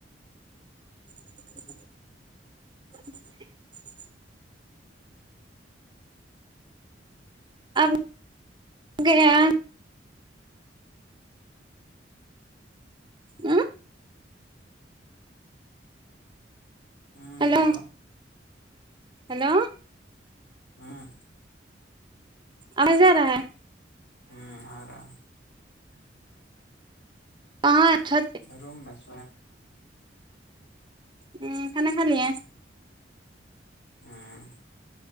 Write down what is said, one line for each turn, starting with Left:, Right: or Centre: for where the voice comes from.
Right: <inaudible> اب گیا ا
Left: ہوں
Right: ہیلو
Left: بولو
Right: ہلو
Left: ہاں
Right: اواز ارہا ہے
Left: ہ ارہا ہے
Right: ہاں اچھا
Left: روم میں چ
Right: ہ کناا خال ہے
Left: ہاں